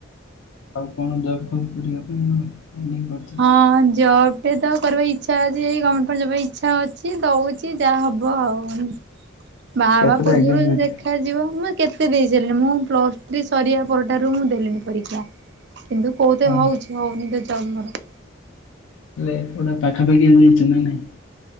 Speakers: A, on the left (about 75°); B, on the right (about 55°).
A: ଆଉ କଣ ଜବ୍ ଫବ୍ କରିବା ପାଇଁ କଣ? <unintelligible>
B: ହଁ ଜବ ସେ ତ କରିବା ଇଚ୍ଛା ଅଛି ଏଇ ଗଭର୍ଣ୍ଣମେଣ୍ଟ ଜବ ପାଇ ଇଚ୍ଛା ଅଛି ଦଉଛି ଯାହା ହବ ଆଉ। ବାହା ହବା
A: କେତେଟା
B: ପୂର୍ବରୁ
A: ଏକ୍ଜାମ
B: ଦେଖ
A: ଦେଇଥିଲେ?
B: ଦେଖାଯିବ ମୁଁ କେତେ ଦେଇ ସାରିଲି ମୁଁ ପ୍ଲସ୍ ଥ୍ରୀ ସରିବା ପରଟାରୁ ମୁଁ ଦେଲିଣିି ପରୀକ୍ଷା। କିନ୍ତୁ କୋଉତେ
A: ହଁ।
B: ହଉଛି ହଉନି ତ ଜନ୍ମର
A: ହେଲେ ଗୋଟେ ପାଖାପାଖି ଯାଇଛ ନା ନାଇଁ?